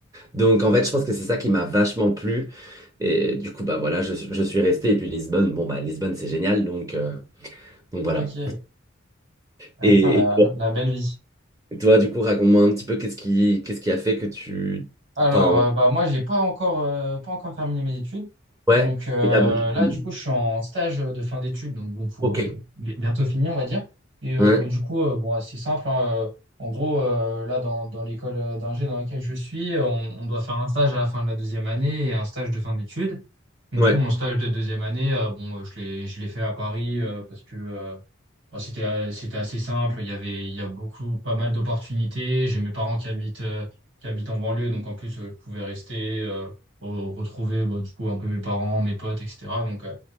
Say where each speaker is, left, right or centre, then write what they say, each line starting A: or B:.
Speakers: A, on the right; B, on the right.
A: Donc, en fait, je pense que c'est ça qui m'a vachement plu. Et du coup, bah voilà, je, suis je suis resté. Et puis Lisbonne, bon, bah Lisbonne, c'est génial. Donc, euh, donc voilà.
B: Ok. Ouais,
A: Et
B: putain, la, la belle vie.
A: Et toi, du coup, raconte-moi un petit peu qu'est-ce qui, qu'est-ce qui a fait que tu...
B: Alors,
A: Enfin,
B: euh, bah, moi, j'ai pas encore, euh, pas encore terminé mes études.
A: Ouais,
B: Donc, euh,
A: et t'as bougé
B: là,
A: tout de
B: du
A: même.
B: coup, je suis en stage de fin d'études. Donc, bon, pour
A: ok.
B: euh, bi- bientôt fini, on va dire. Et euh,
A: Ouais,
B: bon, du coup, euh, bon, c'est simple. hein, euh, en gros, euh, là, dans, dans l'école euh, d'ingé dans laquelle je suis, euh, on, on doit faire un stage à la fin de la deuxième année et un stage de fin d'études. Du
A: ouais,
B: coup, mon stage de deuxième année, euh, bon, euh, je l'ai, je l'ai fait à Paris euh, parce que euh, bon, c'était, euh, c'était assez simple. Il y avait, il y a beaucoup, pas mal d'opportunités. J'ai mes parents qui habitent, euh, qui habitent en banlieue, donc en plus, euh, je pouvais rester, euh, re- retrouver bah, du coup un peu mes parents, mes potes, etc. Donc, euh,